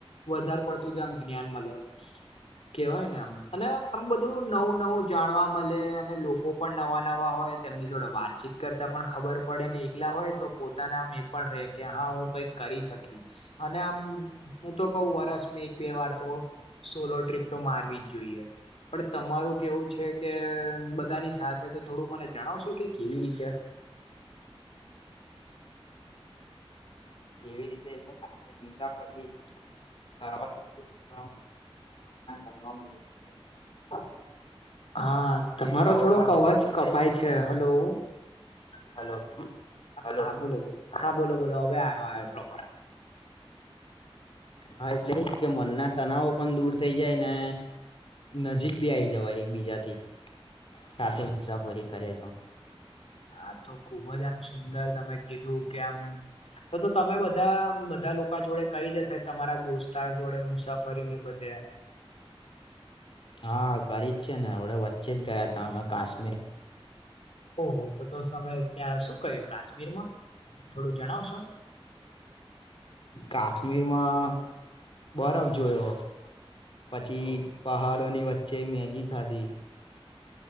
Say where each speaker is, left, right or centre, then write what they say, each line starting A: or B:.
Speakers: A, on the left; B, on the left.
A: વધારે પડતો જો આમ જ્ઞાન મળે. કેવાય ને આમ અને આમ બધું નવું નવું જાણવા મળે અને લોકો પણ નવા. નવા હોય તેમની જોડે વાતચીત કરતા પણ ખબર પડે ને એકલા હોય તો પોતાના એ. પણ રે કે હા હું કંઈક કરી શકી. અને આમ હું તો કઉ વરસ મેં એક બે વાર તો. સોલો ટ્રીપ તો મારવી જ જોઈએ. પણ તમારું કેવું છે કે બધાની સાથે તો. થોડું મને જણાવશો કે કેવી રીતે.
B: કેવી રીતે. કે મુસાફરી કરવાથી તો આમ. <unintelligible>
A: હા તમારો
B: ભેદભાવો
A: થોડોક
B: પણ દૂર
A: અવાજ
B: થઈ
A: કપાય
B: જાય
A: છે હલો.
B: હલો. હલો
A: હા બોલો હા બોલો બોલો હવે આવ્યો આવ્યો પ્રોપર.
B: હા એટલે એજ કે મનના તનાવો પણ દૂર થઈ જાય ને. નજીક બી આવી જવા એકબીજાથી સાથે મુસાફરી કરે તો.
A: આ તો ખુબ જ આમ સુંદર તમે કીધું કે આમ. તો તો તમે બધા બધા લોકા જોડે કરી જ હશે તમારા દોસ્તાર જોડે મુસાફરી ને બધે.
B: હા કરી જ છે ને હવડે વચ્ચે જ ગયા હતા અમે કાશ્મીર.
A: ઓહો તો તો તમે ત્યાં શું કર્યું કાશ્મીરમાં થોડું જણાવશો.
B: કાશ્મીરમાં બરફ જોયો. પછી
A: ઓહ
B: પહાડોની વચ્ચે મેગી ખાધી.